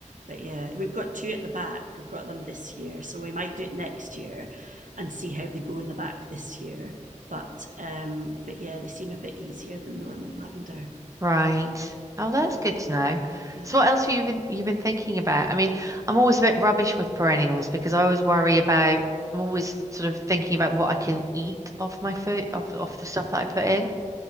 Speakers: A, on the right; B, on the right.
A: But yeah, we've got two at the back. We've got them this year. So we might do it next year and see how they go in the back this year. But um, but yeah, they seem a bit easier than normal lavender.
B: Right. Oh, that's good to know.
A: Uh,
B: So what else have you been you've been thinking about? I mean, I'm always a bit rubbish with perennials because I always worry about I'm always sort of thinking about what I can eat off my food off off the stuff that I put in.